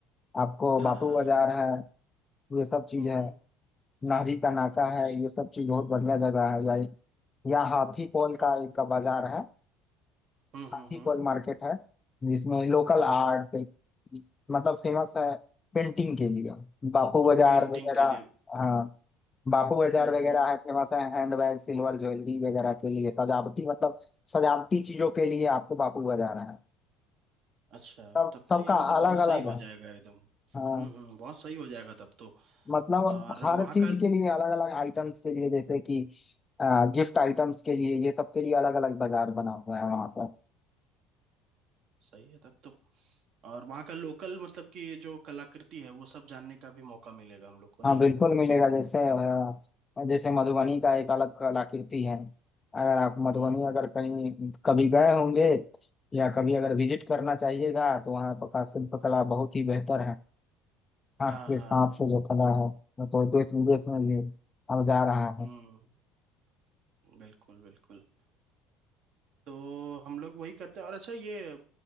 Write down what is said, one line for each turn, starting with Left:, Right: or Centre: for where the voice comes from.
Left: आपको
Right: हाँ
Left: बापू
Right: हाँ
Left: बाजार
Right: हाँ
Left: है ये सब चीज
Right: हम्म
Left: है
Right: हम्म
Left: नहरी का नाका
Right: वाह
Left: है ये सब चीज बहुत बढ़िया जगह है या या हाथी पोल
Right: वाह
Left: का एक बाजार है
Right: हम्म
Left: हाथी
Right: हम्म हम्म
Left: पोल मार्केट है जिसमें लोकल आर्ट
Right: अच्छा
Left: मतलब फेमस है पेंटिंग के लिए बापू बाजार
Right: पेंटिंग
Left: वगैरह
Right: के लिए
Left: हाँ बापू बाजार
Right: हम्म
Left: वगैरह
Right: हम्म
Left: है फेमस है हैंडबैग सिल्वर ज्वेलरी वगैरह के लिए सजावटी मतलब सजावटी चीजों के लिए आपको बापू बाजार है
Right: अच्छा
Left: सब
Right: तब
Left: सबका
Right: तो ये मतलब
Left: अलग
Right: बहुत सही
Left: अलग
Right: हो
Left: है
Right: जाएगा एकदम
Left: हाँ
Right: हम्म हम्म बहुत सही हो जाएगा तब तो
Left: मतलब
Right: और
Left: हर
Right: वहाँ
Left: चीज
Right: का
Left: के लिए अलग अलग आइटम्स के लिए जैसे कि गिफ्ट आइटम्स के लिए ये सब के लिए अलग अलग बाजार बना हुआ है वहाँ
Right: सही है तब तो और वहाँ का लोकल मतलब कि जो कलाकृति है वो सब जानने का भी मौका मिलेगा हम लोग को नहीं
Left: हाँ बिल्कुल मिलेगा जैसे अ, जैसे मधुबनी का एक अलग कलाकृति है अगर आप मधुबनी
Right: हम्म हम्म
Left: अगर कहीं कभी गए होंगे या कभी अगर विजिट करना चाहिएगा तो वहाँ पर का शिल्प कला बहुत ही बेहतर है हाथ
Right: हाँ
Left: के
Right: हाँ
Left: सांप
Right: हाँ
Left: से जो कला है वो तो देश विदेश में भी अब जा रहा है
Right: हम्म बिल्कुल बिल्कुल तो हम लोग वही करते हैं और अच्छा ये अ,